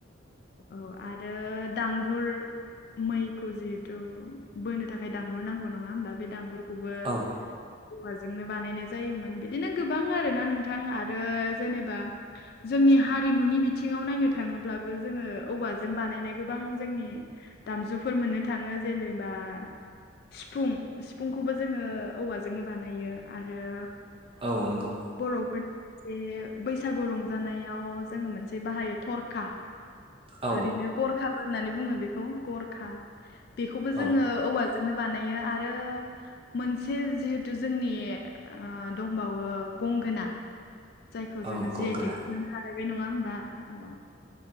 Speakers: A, on the left; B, on the right.
A: औ आरो दांगुर मैखौ जिहेथु बोनो थाखाय दांगुर नांगौ नङा होमबा बे दांगुरखौबो
B: औ
A: औवाजोंनो बानायनाय जायोमोन बिदिनो गोबां आरोना नोंथां आरो जेनेबा जोंनि हारिमुनि बिथिङाव नायनो थाङोब्लाबो जोङो औवाजों बानायनाय गोबां जोंनि दामजुफोर मोननो थाङो जेनेबा सिफुं सिफुंखौबो जोङो औवाजोंनो बानायो आरो
B: औ नोंगौ।
A: बर'फोर जे बैसागु रंजानायाव जोङो मोनसे बाहायो थरखा।
B: औ
A: ओरैनो गरखाबो होननानै बुङो बेखौ गरखा बेखौबो
B: औ
A: जोङो औवाजोंनो बानायो आरो मोनसे जिहेथु जोंनि ओ दंबावो गंगोना। जायखौ जोङो
B: औ
A: जि
B: गंगोना
A: आइ टेकबो मोननो हालायबाय नङा होमबा? औ।